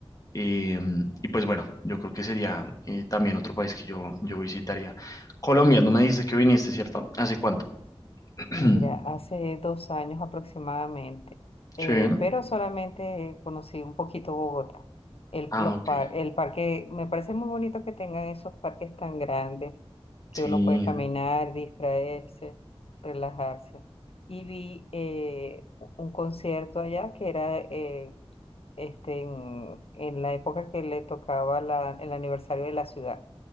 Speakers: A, on the left (about 35°); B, on the left (about 70°).
A: Eh, y pues bueno, yo creo que sería eh, también otro país que yo, yo visitaría. Colombia, no me dijiste que viniste, ¿cierto? ¿Hace cuánto?
B: Mira,
A: <clears throat>
B: hace dos años aproximadamente, eh,
A: Sí.
B: pero solamente conocí un poquito Bogotá. El,
A: Ah,
B: los
A: ok.
B: par- el parque, me parece muy bonito que tengan esos parques tan grandes, que
A: Sí,
B: uno puede caminar, distraerse, relajarse. Y vi eh, un concierto allá que era eh, este, en, en la época que le tocaba la- el aniversario de la ciudad.